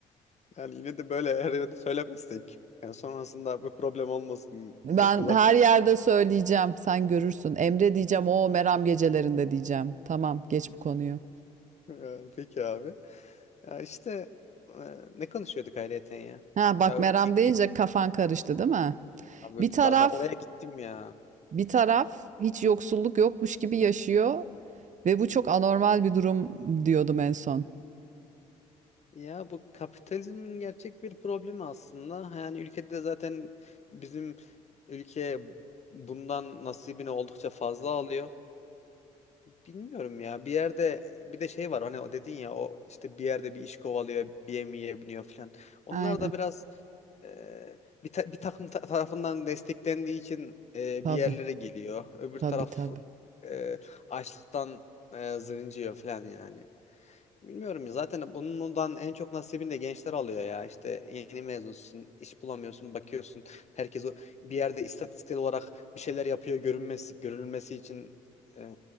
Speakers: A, on the left (about 40°); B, on the right (about 45°).
A: Yani yine de böyle her yerde söylemezsek. Yani sonrasında bu problem olmasın.
B: Ben
A: E, Kulak.
B: her yerde söyleyeceğim. Sen görürsün. Emre diyeceğim. O Meram gecelerinde diyeceğim. Tamam, geç bu konuyu.
A: E, Peki abi. Ya işte e, ne konuşuyorduk ayrıyeten ya?
B: Ha bak
A: Ya
B: Meram
A: o bir-
B: deyince
A: bir-
B: kafan karıştı değil mi?
A: abi
B: Bir taraf
A: daha, daha oraya gittim ya.
B: bir taraf hiç yoksulluk yokmuş gibi yaşıyor ve bu çok anormal bir durum diyordum en son.
A: Ya bu kapitalizmin gerçek bir problemi aslında. Yani ülkede de zaten bizim ülke bundan nasibini oldukça fazla alıyor. bilmiyorum ya. Bir yerde bir de şey var hani o dedin ya o işte bir yerde bir iş kovalıyor, bir yemeğe biniyor falan. Onlar
B: Aynen.
A: da biraz e, bir, ta- bir takım ta- tarafından desteklendiği için e,
B: Tabii,
A: bir yerlere geliyor. Öbür
B: tabii,
A: taraf
B: tabii.
A: e, açlıktan e, zırıncıyor falan yani. Bilmiyorum ya, zaten bundan en çok nasibini de gençler alıyor ya. İşte yeni mezunsun, iş bulamıyorsun, bakıyorsun. Herkes o bir yerde istatistiksel olarak bir şeyler yapıyor görünmesi, görülmesi için e,